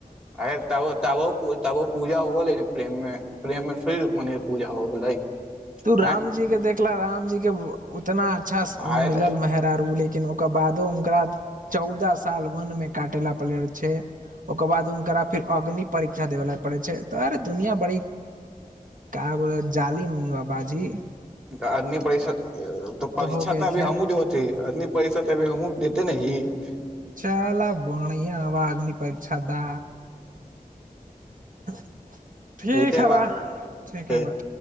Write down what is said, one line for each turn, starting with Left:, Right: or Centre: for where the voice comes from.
Centre: अरे त तबो तबो पूजा होव लै प्रेम मे प्रेम मे स रू म पूजा हो गेलै
Right: तू रामजी
Centre: आँय
Right: के देखला रामजी के इतना अच्छा
Centre: आय
Right: मिलल
Centre: तऽ
Right: मेहरारू लेक ओकर बादो हुनकरा चौदह साल वन में काटे ला पड़े छै ओकर बाद उनकरा फिर अग्नि परीक्षा देव ला पड़े छै तरे दुनिया बड़ी का बोलेम जालिम बाजी
Centre: त अग्नि परिषद तऽ परीक्षा
Right: हो गेल
Centre: तऽ अभी
Right: छै
Centre: हमूँ देबती अग्नि पर्षा तऽ अभी हम देते न <unintelligible> <inaudible>
Right: चलअ बन्हिआ आग्नि परिक्षा द ह <inaudible> ठीक
Centre: देते
Right: ह
Centre: बा
Right: वा ठीके
Centre: फेर
Right: बा